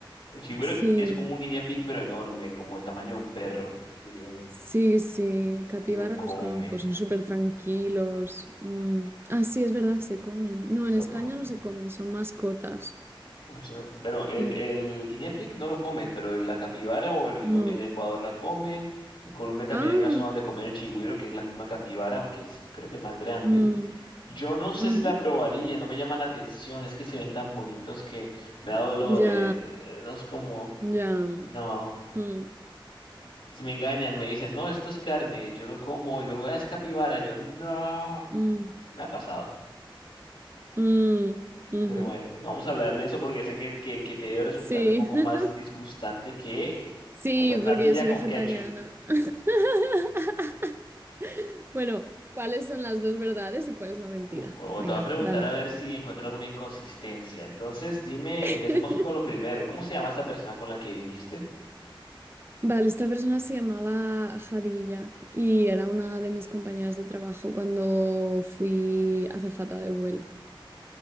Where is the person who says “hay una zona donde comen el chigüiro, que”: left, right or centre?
Left